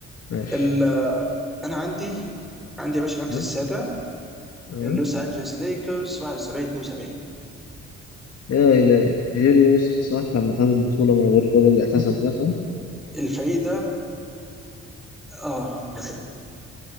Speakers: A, on the left; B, in the centre.
A: ماشي
B: ال... انا عندي عندي يا باشا المركز
A: ها؟
B: السابع
A: ها؟
B: اللوس انجلوس ليكرز 71 72
A: يا إلهي جيري ويست صح لما خد البطولة من غير الراجل اللي اعتزل ده صح؟
B: الفريق ده اه <laughs>